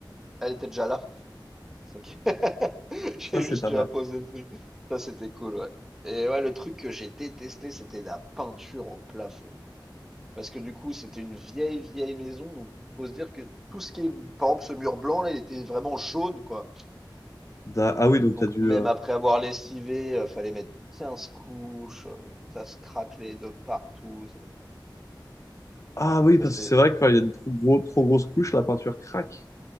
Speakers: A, in the centre; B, on the left (about 40°).
A: elle était déjà là, c'est ça qui <laughs> j'ai
B: Ça, c'est
A: juste
B: pas
A: eu
B: mal.
A: à poser le truc. Ça, c'était cool, ouais et ouais, le truc que j'ai détesté, c'était la peinture au plafond. Parce que du coup, c'était une vieille, vieille maison. Donc, il faut se dire que tout ce qui est, par exemple, ce mur blanc, là, il était vraiment jaune, quoi.
B: Da- Ah oui, donc
A: Donc,
B: t'as dû.
A: même
B: euh,
A: après avoir lessivé, euh, fallait mettre quinze couches. euh, ça se craquelait de partout. c'est-
B: Ah oui,
A: Ça,
B: parce
A: c'est.
B: que c'est vrai que quand il y a une trop gros, trop grosse couche, la peinture craque.